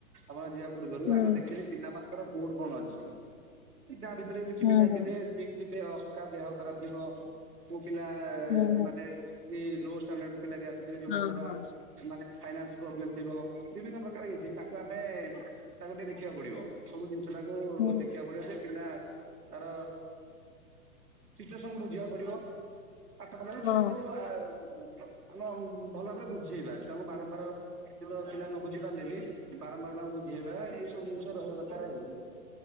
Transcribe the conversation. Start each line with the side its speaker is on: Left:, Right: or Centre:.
Right: ଆପଣ ଯିବା ପୂର୍ବରୁ
Left: ହୁଁ।
Right: ଆଗ ଦେଖିବି ପିଲା ମାନଙ୍କର ମୋର୍ଡ କଣ ଅଛି। ଏ ତା ଭିତରେ ବି କିଛି
Left: ହୁଁ
Right: ପିଲା
Left: ହୁଁ
Right: ଥିବେ ଶିକ୍ ଥିବେ ଅସ୍କା ଦେହ ଖରାପ ଥିବ କୋଉ ପିଲା
Left: ହୁଁ ହୁଁ
Right: ମାନେ କି ଲୋା ଷ୍ଟାଣ୍ଡାର୍ଡ ପିଲା ବି ଆସି ଏ ଯୋଉ
Left: ହଁ
Right: ମାନଙ୍କର
Left: ହଁ
Right: ମାନେ ଫାଇନାନ୍ସ ପ୍ରୋବ୍ଲେମ୍ ଥିବ। ବିଭିନ୍ନ ପ୍ରକାର ହେଇଛି, ତାକୁ ଆମେ ତାକୁ ଟିକେ ଦେଖିବାକୁ ପଡିବ। ସବୁ ଜିନିଷ ଟାକୁ
Left: ହୁଁ
Right: ଦେଖିବାକୁ ପଡିବ ଯେ ପିଲା ତାର ସିଚୁଏସନ୍ କୁ ବୁଝିବାକୁ ପଡିବ। ପାଠ ପଢ଼ା ବି
Left: ହଁ
Right: ଛୁଆକୁ ଆ, ଅ, ଆମେ ଭଲ ଭାବରେ ବୁଝେଇବା, ଛୁ ତାଙ୍କୁ ବାରମ୍ବାର ସେଘ ପିଲା ନ ବୁଝି ପାରିଲେ ବି ବାରମ୍ବାର ତାଙ୍କୁ ବୁଝେଇବା ଏଇସବୁ ଜିନିଷ ରହିବ <unintelligible> ଆଉ।